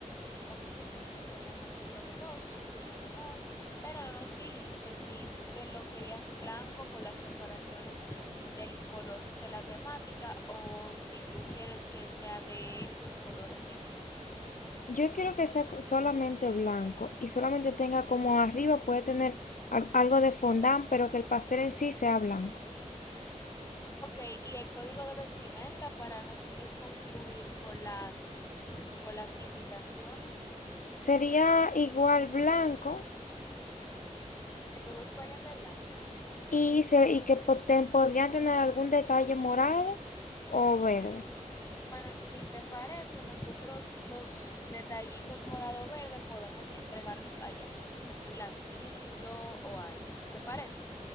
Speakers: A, on the left; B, on the left.
A: Ok, entonces podríamos hacerlo de dos, mucho mejor. Pero no nos dijiste si tú que lo querías blanco con las decoraciones del color de la temática o si tú quieres que sea de esos colores en sí.
B: Yo quiero que sea co- solamente blanco y solamente tenga como arriba puede tener al- algo de fondant, pero que el pastel en sí sea blanco.
A: Ok, y el código de vestimenta para nosotros concluir con las, con las invitaciones,
B: Sería igual blanco
A: que todos vayan de blanco.
B: y, se, y que po- te- podrían tener algún detalle morado o verde.
A: Bueno, si te parece, nosotros los detallitos morado-verde podemos entregarlos allá, como un lacito o algo. ¿Te parece?